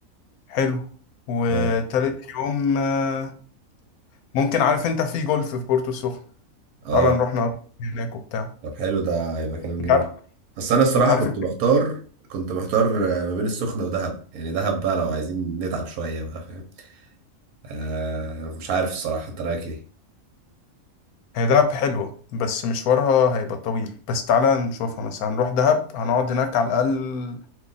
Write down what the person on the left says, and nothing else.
حلو وتالت
يوم آه، ممكن عارف انت في جولف في بورتو السخنة
تعالى نروح نقضي هناك وبتاع
انت
عارف
انت عارف
الفكرة
هي دهب حلوة بس مشوارها هيبقى طويل بس تعالى نشوفها مثلا هنروح دهب هنقعد هناك على الأقل